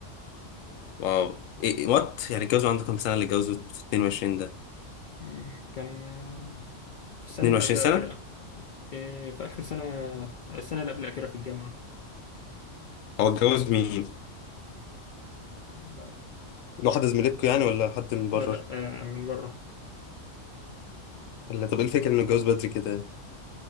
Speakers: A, on the left; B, on the left.
A: واو ايه إيه- وات يعني اتجوزوا عندكم كام سنه اللي اتجوزوا في 22 ده؟
B: مم، كان آه، في السنة
A: 22
B: اللي قبل
A: سنه؟
B: الأخيرة آه، في آخر سنة السنة اللي قبل الأخيرة في الجامعة
A: هو اتجوز مين؟
B: لا
A: واحدة زميلتكم يعني ولا حد من بره؟
B: لا لا، آه، من بره
A: ولا طب ايه الفكرة انه اتجوز بدري كده